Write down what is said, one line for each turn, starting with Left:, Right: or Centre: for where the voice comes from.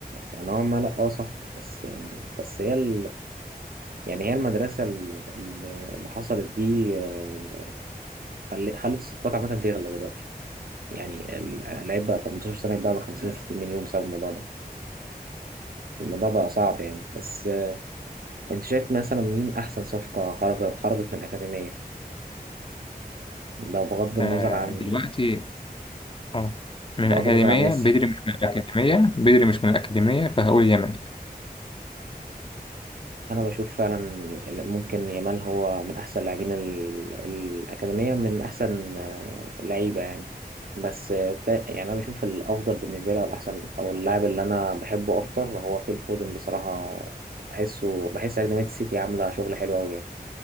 Right: فنوعا ما لا اه صح بس آه، بس هي ال... يعني هي المدرسة ال- ال- اللي حصلت دي آه، خل... خلت الصفقات عامة تغلى دلوقتي يعني اللعيب بقى 18 سنة يتباع ب 50 60 مليون بسبب الموضوع ده الموضوع بقى صعب يعني بس انت شايف مثلا مين احسن صفقة خرج خرجت من الأكاديمية لو بغض النظر
Left: آه،
Right: عن
Left: دلوقتي اه من
Right: بغض
Left: اكاديميه
Right: النظر عن ميسي
Left: بدري مش من الاكاديميه بدري مش من الاكاديميه فهقول يامال
Right: انا بشوف فعلا ممكن يامال هو من احسن لاعبين ال- الأكاديمية من احسن آه، لعيبة يعني بس آه، تا- يعني انا بشوف الافضل بالنسبة لي او الاحسن او اللاعب اللي انا بحبه اكتر هو فيل فودن بصراحة بحسه بحس أكاديمية السيتي عاملة شغل حلو قوي يعني